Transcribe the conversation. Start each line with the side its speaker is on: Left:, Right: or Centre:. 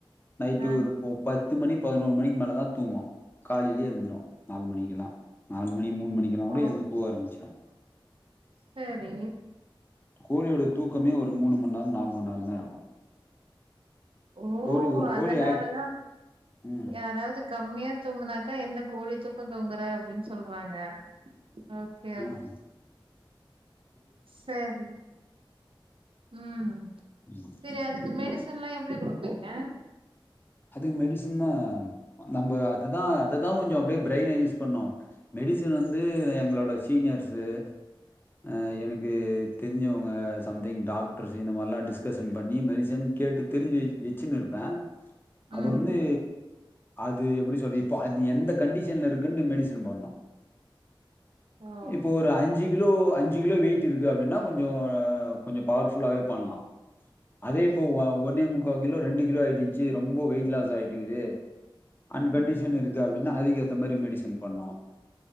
Left: நைட்டு
Right: ஆ
Left: ஒரு ஓ பத்து மணி பதினோரு மணிக்கு மேல தா தூங்கு காலைலயே எழுந்துடு நாலு மணிக்கெல்லா நாலு மணி மூணுக்மணிக்கெல்லா
Right: ஓ
Left: கூட எழுந்து கூவ ஆரம்பிச்சிடு
Right: சரி
Left: கோழியோட தூக்கமே ஒரு மூணு மண்நேரோ நாலு மண்நேரந்தா இருக்கு
Right: ஓ
Left: கோழி ஒரு கோழி
Right: அதனாலதா
Left: ஆக்ட் ம்
Right: யாராவ்து கம்மியா தூங்குனாக்கா என்ன கோழி தூக்கோ தூங்குற அப்டின்னு சொல்றாங்க ஓகே
Left: ஆ ஹ
Right: சேரி ம்
Left: ம்
Right: செரி அதுக் கு மெடிசன்ல்லா எப்டி குடுப்பீங்க
Left: அதுக்கு மெடிசன்தா நம்ம அததா அததா கொஞ்சோ அப்டியே பிரைன யூஸ் பண்ணு மெடிசன் வந்து என்ன எங்களோட சீனியர்ஸ்சு ஆ எனக் கு தெரிஞ்சவங்க சம்திங் டாக்டர்ஸ் இந்த மாறில்லா டிஸ்கசன் பண்ணி மெடிசன் கேட்டு தெரிஞ்சி வச் வச் சின்னு இருப்பே
Right: ம்
Left: அத வந்து அது எப்டி சொல்ல இப்ப அது எந்த கண்டிஷன்ல இருக்குன்னு மெடி ஷன் பண்ணோ
Right: ஓ
Left: இப்ப ஒரு அஞ்சு கிலோ அஞ்சு கிலோ வெயிட் இருக்கு அப்டின்னா கொஞ்சோ கொஞ்சோ பவர் ஃபுல்லாவே பண்ணலா அதே இப்போ ஓ ஒன்னே முக் கா கிலோ ரெண்டு கிலோ ஆயிட்டுச்சி ரொம்ப வெயிட்லாஸ் ஆயிட்டுக்குது அன்கண்டிஷன்
Right: ம்
Left: இருக்கு அப்டின்னா அதுக்கு ஏத்த மாரி மெடிஷன் பண்ணோ அப்